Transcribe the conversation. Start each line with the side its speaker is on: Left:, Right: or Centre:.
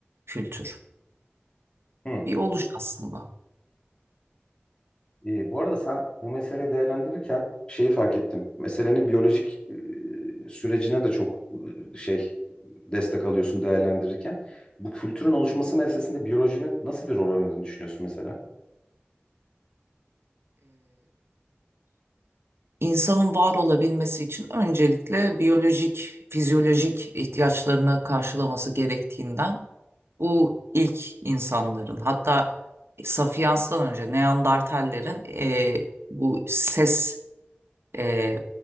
Right: kültür.
Left: hı.
Right: Bir oluş aslında.
Left: Ee, bu arada sen bu meseleyi değerlendirirken şeyi fark ettim. Meselenin biyolojik e, sürecine de çok e, şey destek alıyorsun değerlendirirken. Bu kültürün oluşması meselesinde biyolojinin nasıl bir rol oynadığını düşünüyorsun mesela?
Right: İnsanın var olabilmesi için öncelikle biyolojik, fizyolojik ihtiyaçlarını karşılaması gerektiğinden bu ilk insanların hatta Sapiens'ten önce Neandertallerin e, bu ses e,